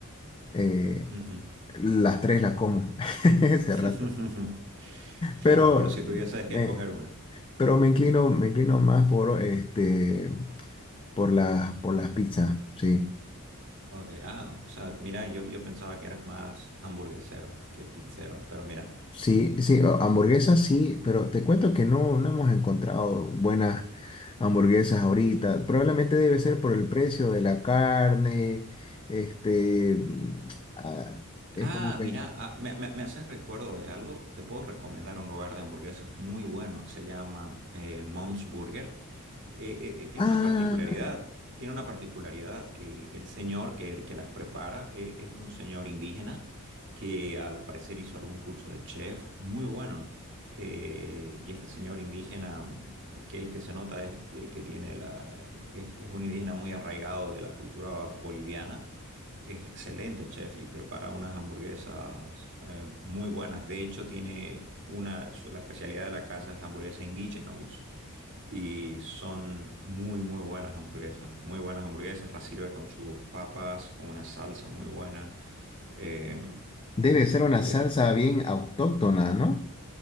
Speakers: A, on the left; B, on the right.
A: eh,
B: Ujú.
A: las tres las como <laughs> ese
B: <laughs>
A: rato.
B: Claro,
A: Pero,
B: pero si tuvieses que
A: me-
B: escoger una.
A: Pero me inclino, me inclino más por este, por las, por las pizzas, sí.
B: Ok, ah, o sea, mira, yo, yo pensaba que eras más hamburguesero que pizzero, pero mira.
A: Sí, sí, a- hamburguesas sí, pero te cuento que no, no hemos encontrado buenas hamburguesas ahorita. Probablemente debe ser por el precio de la carne, este, mm, ah, es
B: Ah,
A: como que,
B: mira, ah, me, me, me haces recuerdo de algo. Te puedo recomendar un lugar de hamburguesas muy bueno. Se llama eh, Mom's Burger. Eh, eh, eh, tiene
A: ah,
B: una particularidad. Tiene una particularidad que el señor que, que las prepara eh, es un señor indígena que al parecer hizo algún curso de chef muy bueno. Eh, y este señor indígena que, que se nota es eh, que tiene la, es es un indígena muy arraigado de la cultura boliviana es excelente, chef, y prepara unas hamburguesas eh, muy buenas. De hecho, tiene una, su- la especialidad de la casa es la hamburguesa Indigenous. Y son muy, muy buenas hamburguesas. Muy buenas hamburguesas. Las sirve con sus papas, con una salsa muy buena. Eh,
A: debe ser una salsa
B: te-
A: bien autóctona, ¿no?